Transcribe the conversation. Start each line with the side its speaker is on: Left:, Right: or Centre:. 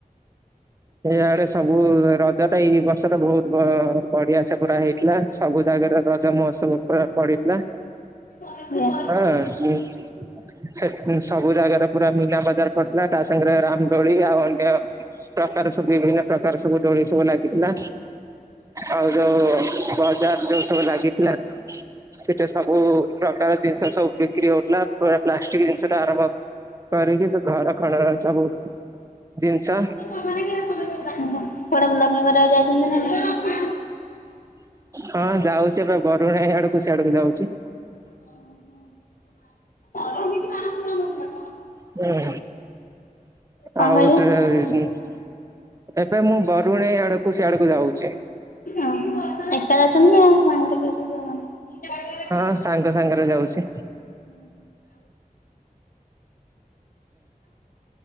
Right: ଏଇ ଆଡ଼େ ସବୁ ରଜ ଟା ଏଇ ବର୍ଷରେ ବୋହୁତ ବଢ଼ିଆ ସେ ପୁରା ହେଇଥିଲା। ସବୁ ଜାଗାରେ ରଜ ମହୋତ୍ସବ ପଡ଼ିଥିଲା
Left: ଆପଣ?
Right: ହଁ। ସେ ସବୁ ଜାଗାରେ ପୁରା ମୀନା ବଜାର ପଡ଼ିଥିଲା ତା ସାଙ୍ଗରେ ରାମଦୋଳି ଆଉ ଅନ୍ୟ ପ୍ରକାର ସବୁ ବିଭିନ୍ନ ପ୍ରକାର ସବୁ ଦୋଳି ସବୁ ଲାଗିଥିଲା ଆଉ ଯୋଉ ବଜାର ଯୋଉ ସବୁ ଲାଗିଥିଲା। ସେଟି ସବୁ ପ୍ରକାର ଜିନିଷ ସବୁ ବିକ୍ରି ହୋଉଥିଲା ପୁରା ପ୍ଲାଷ୍ଟିକ ଜିନିଷ ଟୁ ଆରମ୍ଭ କରିକି ସେ ଘର ଖଣ ସବୁ ଜିନିଷ।
Left: କୁଆଡ଼େ ବୁଲାବୁଲି କରିବାକୁ ଯାଇଚନ୍ତି ନା ନାଇଁ।
Right: ହଁ ଯାଉଚି ଏବେ ବରୁଣେଇ ଆଡ଼କୁ ଯାଉଚି।
Left: <unintelligible>
Right: ହୁଁ।
Left: କଣ
Right: ଆଉ
Left: କହିଲେ?
Right: <unintelligible> ଏବେ ମୁଁ ବରୁଣେଇ ଆଡ଼କୁ ସେ ଆଡ଼କୁ ଯାଉଚି।
Left: ଓହୋ ଏକା ଯାଉଚନ୍ତି ନା ସାଙ୍ଗରେ କିଏ ସବୁ ଯାଉଚନ୍ତି।
Right: ହଁ ସାଙ୍ଗ ସାଙ୍ଗରେ ଯାଉଚି।
Left: ହୁଁ ହୁଁ